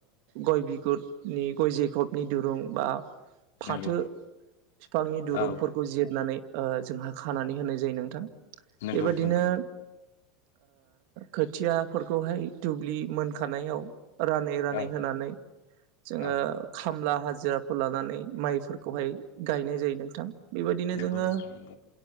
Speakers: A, on the right; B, on the left.
A: गय बिगुरनि गय जेखबनि दुरुं बा फाथो
B: नंगौ
A: बिफांनि दुरुंफोरखौ
B: औ
A: जिरनानै जोंहा खानानै होनाय जायो नोंथां
B: नंगौ
A: बेबादिनो
B: नंगौ
A: खोथियाफोरखौहाय दुब्लि मोनखानायाव। रानै रानै
B: औ
A: होनानै जोङो
B: औ
A: खामला हाजिराफोर लानानै माइफोरखौ खौहाय गायनाय जायो नोंथां बे बायदिनो
B: नंगौ
A: जोङो
B: नोंथां नंगौ